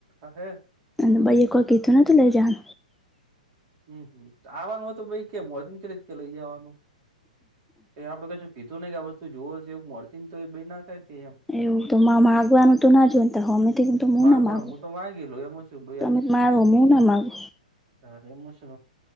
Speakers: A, on the right; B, in the centre.
A: હવે <unintelligible>
B: અને ભાઈએ કાંઈ કીધું નહિ ને જાન.
A: હમ્મ, આવવાનું હોય તો કેમ હોત તરત કે લઈ જવાનું. તો એ આપણે કશું કીધું નહિ કે આ વસ્તુ જોવો હશે એવું મળતી ને તો એ નાખાય કે એમ.
B: એવું તોમા માગવાનું તો ના જોયને અમે તો હું
A: માગવા
B: ના માગું.
A: હું તો માગી લઉ એમાં શું
B: તમે તો મારો હું ના મારું મુ ના માગો.
A: હા એમ છે.